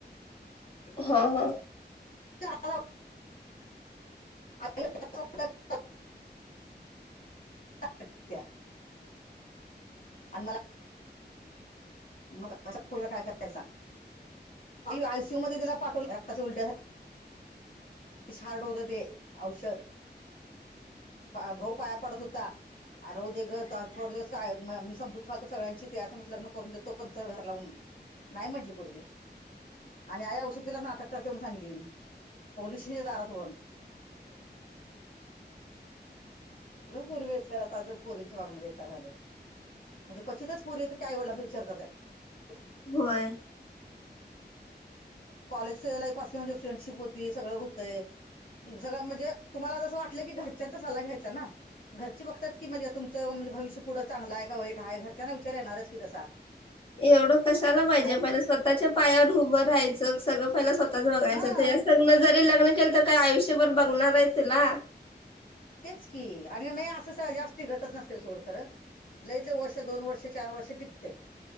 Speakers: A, on the left; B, on the left.
A: हा हा
B: <unintelligible> <unintelligible> अच का आणि मला मग असं पुढे काय करायच आयसीयू मध्ये त्याला पाठवलं रक्ताच्या उलट्या विशारडोद दे औषध भाऊ पाया पडत होता अर हो दे ग थोड दिवस काय मी समजूत घालतो सगळ्यांची तेच लग्न करून देतो पणच घर लावून नाही म्हटली पोरगी आणि आई औषध पिलाना अटक करते म्हण सांगितली पोलीसच्या दारात होन <inaudible> पुरी बेकार आता पुरींचं वागण बेकार झाले म्हणजे क्चितच पुरी आहे आईवडील वलाचा विचार करतात
A: होय
B: कॉलेज लाईफ असली म्हणजे फ्रेंडशिप होती सगळं होतंय सगळं म्हणजे तुम्हाला जसं वाटलं की घरच्यांचा सल्ला घ्यायचा ना घरची बघतात की म्हणजे तुमचं म्हणजे भविष्य पुढं चांगलं आहे का वाईट ह आहे घरच्यांना विचार येणारच की तसा
A: एवढं कशाला पाहिजे
B: आय
A: मला स्वतःच्या पायावर उभं राहायचं सगळं स्वतच बघायचं
B: हा
A: जरी लग् ल तर काय आयुष्यभर बघणार आहे ते ना
B: तेच की आणि नाही असं जास्त गतच नसते सोड खरं लईतले वर्ष दोन वर्ष चार वर्ष टिकते